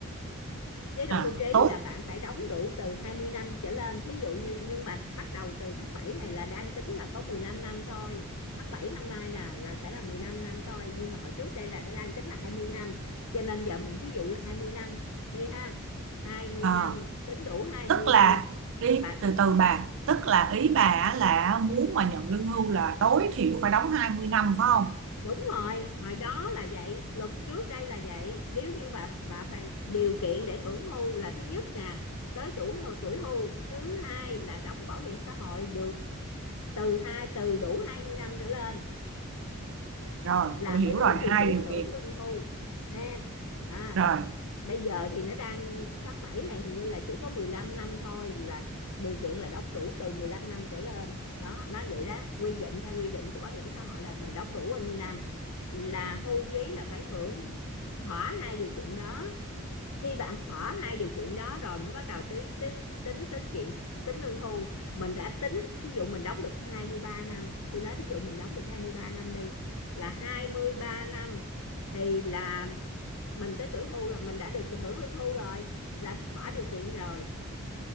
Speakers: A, on the left; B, on the right.
A: chế độ
B: À,
A: hưu trí
B: tốt.
A: là bạn phải đóng đủ từ 20 năm trở lên thí dụ như nhưng mà bắt đầu từ tháng 7 này là đang tính là có 15 năm thôi tháng 7 năm nay là là sẽ là 15 năm thôi nhưng mà hồi trước đây là đã đang tính là 20 năm cho nên giờ mình thí dụ là 20 năm đi ha hai mươi
B: À,
A: năm tính đủ hai
B: tức
A: mươi
B: là
A: năm
B: đi
A: bạn
B: từ từ bà, tức là ý bà á là muốn mà nhận lương hưu là tối thiểu phải đóng 20 năm phải không?
A: đúng rồi hồi đó là vậy luật trước đây là vậy nếu như bà bà phải điều kiện để hưởng hưu là thứ nhất nè tới tuổi tuổi hưu thứ hai là đóng bảo hiểm xã hội được từ hai từ đủ 20 năm trở lên
B: Rồi,
A: là
B: tôi
A: mới
B: hiểu
A: đủ
B: rồi,
A: điều
B: hai
A: kiện
B: điều
A: hưởng
B: kiện.
A: lương hưu ha à,
B: Rồi,
A: bây giờ thì nó đang tháng 7 này hình như là chỉ có 15 năm thôi là điều kiện là đóng đủ từ 15 năm trở lên đó nó vậy đó quy định theo quy định của bảo hiểm xã hội là mình đóng đủ bao nhiêu năm là hưu trí là phải hưởng thỏa hai điều kiện đó khi bạn hỏi hai điều kiện đó rồi mới bắt đầu tính tính tính tính chuyện tính lương hưu mình đã tính ví dụ mình đóng được 23 năm tôi nói ví dụ mình đóng được 23 năm đi là 23 năm thì là mình tới tuổi hưu là mình đã được hưởng lương hưu rồi là thỏa điều kiện rồi